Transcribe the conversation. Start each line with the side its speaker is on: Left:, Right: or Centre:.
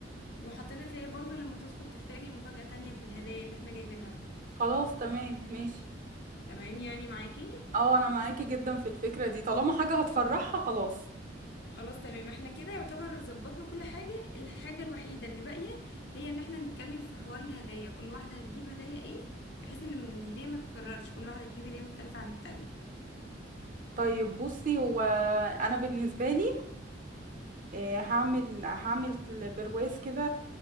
Left: وحاطينها فيها برضو لما تدخل تتفاجئ مفاجاه تانية بالهدايا اللي احنا جايبينها
Right: خلاص تمام ماشي
Left: تمام يعني معاكي
Right: اه انا معاكي جدا في الفكرة دي طالما حاجة هتفرحها خلاص
Left: خلاص تمام احنا كده يعتبر ظبطنا كل حاجة الحاجة الوحيدة اللي باقية هي ان احنا نتكلم في حوار الهدايا كل واحدة هتجيب هدايا ايه بحيث ان من الهدية ما تتكررش كل واحدة تجيب هدية مختلفة عن التانية
Right: طيب بصي هو انا بالنسبة لي آه، هعمل هعمل برواز كده